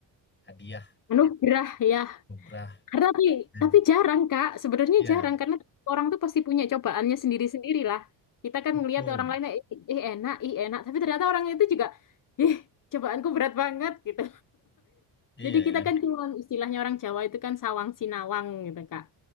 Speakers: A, on the left; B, on the left.
A: hadiah,
B: anugerah ya.
A: nugrah
B: Karena tapi
A: dan
B: tapi jarang Kak, sebenarnya
A: ya
B: jarang karena orang tuh pasti punya cobaannya sendiri-sendiri lah. Kita kan
A: betul,
B: ngelihat orang lain eh, eh, enak, ih enak, tapi ternyata orang itu juga ih cobaanku berat banget gitu.
A: iya
B: Jadi kita
A: kan?
B: kan cuma istilahnya orang Jawa itu kan sawang sinawang gitu Kak.